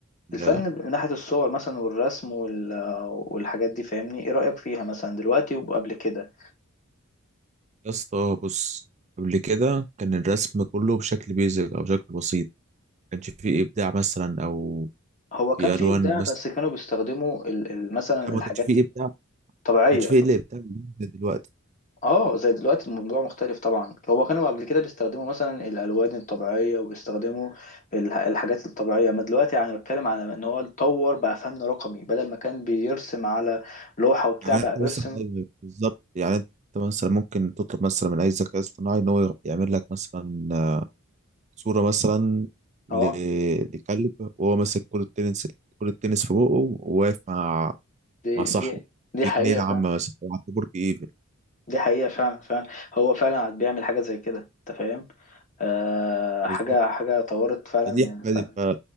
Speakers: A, on the right (about 35°); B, on the left (about 35°).
A: ال-
B: الفن من ناحيه الصور مثلا والرسم وال- آه، والحاجات دي فاهمني ايه رايك فيها مثلا دلوقتي وقبل كده
A: يا اسطى بص قبل كده كان الرسم كله بشكل بيزك او شكل بسيط ما كانش فيه ابداع مثلا او
B: هو كان
A: في
B: فيه
A: الوان
B: ابداع
A: مثلا
B: بس كانوا بيستخدموا ال- ال- مثلا الحاجات
A: ما كانش فيه ابداع ما
B: طبيعيه
A: كانش فيه الا ابداع دلوقتي
B: اه زي دلوقتي الموضوع مختلف طبعا هو كانوا قبل كده بيستخدموا مثلا الالوان الطبيعيه وبيستخدموا الح- الحاجات الطبيعيه ما دلوقتي يعني بتكلم على ان هو اتطور بقى فن رقمي بدل ما كان بيرسم على لوحه وبتاع
A: يعني
B: بقى
A: انت
B: بيرسم
A: مثلا ايوه بالظبط يعني انت مثلا ممكن تطلب مثلا من اي ذكاء اصطناعي ان هو يعمل لك مثلا صوره مثلا ل-
B: اه
A: لكلب وهو ماسك كرة تنس كرة تنس في بقه وواقف مع
B: دي
A: مع صاحبه
B: دي دي
A: في
B: حقيقه
A: جنينة
B: فعلا
A: عامة مثلا أو عند برج ايفل
B: دي حقيقه فعلا فعلا هو فعلا بيعمل حاجه زي كده انت فاهم آه حاجه
A: بالظبط
B: حاجه طورت فعلا
A: فدي
B: من الفن
A: حاجة- ف-